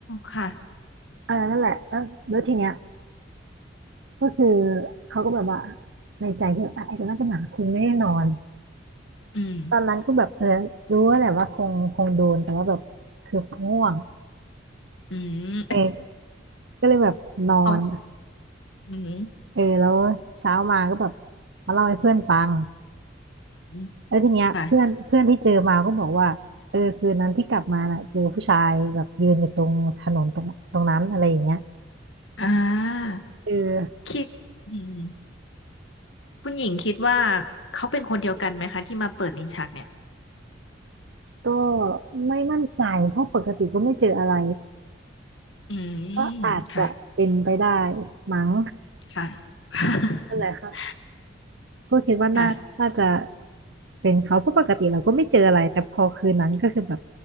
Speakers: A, on the left (about 75°); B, on the right (about 65°).
A: ค่ะ
B: เออนั่นแหละแล้วแล้วทีเนี้ย ก็คือเขาก็แบบว่าในใจคืออ่ะไอ้ตัวนั้นจะหนังคงแน่นอน
A: อืม
B: ตอนนั้นก็แบบเออรู้ว่าแหละว่าคงคงโดนแต่ว่าแบบคือง่วง
A: อืม
B: เออก็เลยแบบนอน
A: อ๋ออืม
B: เออแล้วเช้ามาก็แบบมาเล่าให้เพื่อนฟัง
A: อืม
B: แล้วทีเนี้ยเพื่อนเพื่อนที่เจอมาก็บอกว่าเออคืนนั้นที่กลับมาน่ะเจอผู้ชายแบบยืนอยู่ตรงถนนตรงตรงนั้นอะไรอย่างเงี้ย
A: ค่ะอ่า
B: เออ
A: คิดอืม คุณหญิงคิดว่าเขาเป็นคนเดียวกันไหมคะที่มาเปิดลิ้นชักเนี่ย
B: ก็ไม่มั่นใจเพราะปกติก็ไม่เจออะไร
A: อืม
B: ก็อาจจะเป็นไปได้
A: ค่ะ
B: มั้ง
A: ค่ะ <laughs>
B: นั่นแหละค่ะ ก็คิดว่าน่าน่าจะ
A: ค่ะ
B: เป็นเขาเพราะปกติเราก็ไม่เจออะไรแต่พอคืนนั้นก็คือแบบ